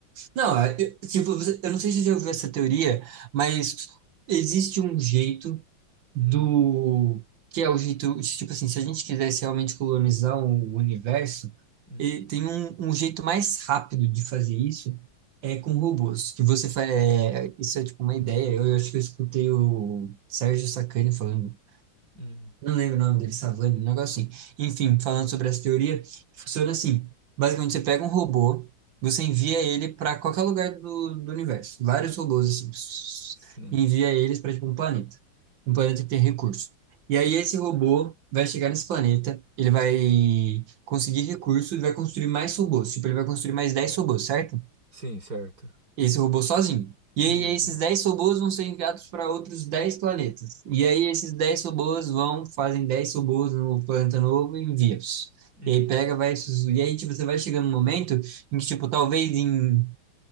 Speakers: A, on the right; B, on the right.
A: Não, é, eu, tipo, você- eu não sei se você já ouviu essa teoria, mas existe um jeito do...
B: Hum,
A: Que é o jeito, tipo assim, se a gente quisesse realmente colonizar o universo,
B: hum,
A: e tem um, um jeito mais rápido de fazer isso, é com robôs. Que você faz... É, isso é, tipo, uma ideia. Eu, eu acho que eu escutei o Sérgio Sacani falando
B: hum.
A: Não lembro o nome dele, Savani, um negócio assim. Enfim, falando sobre essa teoria, funciona assim. Basicamente, você pega um robô, você envia ele para qualquer lugar do, do universo. Vários robôs, assim, pss,
B: Sim,
A: envia eles para, tipo, um planeta. Um planeta que tem recurso. E aí, esse robô vai chegar nesse planeta, ele vai conseguir recursos e vai construir mais robôs. Tipo, ele vai construir mais 10 robôs, certo?
B: sim, certo.
A: esse robô sozinho. E
B: Uhum,
A: aí esses 10 robôs vão ser enviados para outros 10 planetas. E aí esses 10 robôs vão, fazem 10 robôs no planeta novo e envia-os.
B: uhum.
A: E aí pega, vai... E aí, tipo, você vai chegando num momento em que, tipo, talvez em